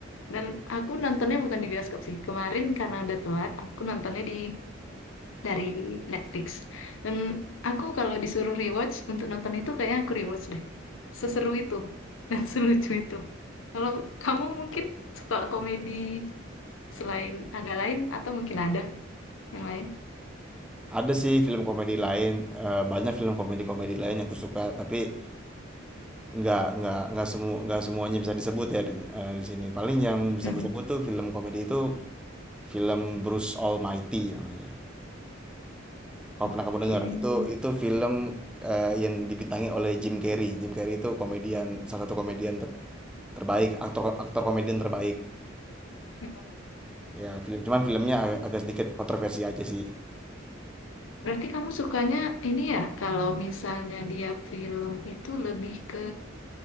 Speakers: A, on the left (about 80°); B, in the centre.
A: Dan aku nontonnya bukan di bioskop sih. Kemarin karena udah telat, aku nontonnya di dari Netflix. Dan aku kalau disuruh rewatch untuk nonton itu kayaknya aku rewatch deh. Seseru itu dan <laughs> selucu itu. Kalau kamu mungkin suka komedi selain agak lain atau mungkin ada yang lain?
B: ada sih film komedi lain eh, banyak film komedi-komedi lain yang aku suka tapi nggak nggak nggak semua nggak semuanya bisa disebut ya di, eh, di sini paling yang bisa
A: Mm-mm.
B: aku sebut tuh film komedi itu film Bruce Almighty namanya kalau pernah
A: Oke.
B: kamu dengar itu itu film eh, yang dibintangi oleh Jim Carrey Jim Carrey itu komedian salah satu komedian ter- terbaik aktor aktor komedian terbaik
A: Mm.
B: Ya, film cuman filmnya a agak sedikit kontroversi aja sih.
A: Berarti kamu sukanya ini ya, kalau misalnya dia film itu lebih ke